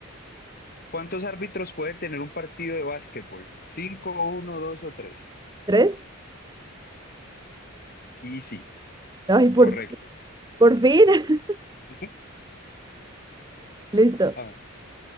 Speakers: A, on the left; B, on the right.
A: ¿Cuántos árbitros puede tener un partido de básquetbol? ¿Cinco, uno, dos o tres?
B: tres.
A: Y sí,
B: Ay, por
A: correcto.
B: fin, por fin. <laughs>
A: <laughs>
B: Listo.
A: A ver,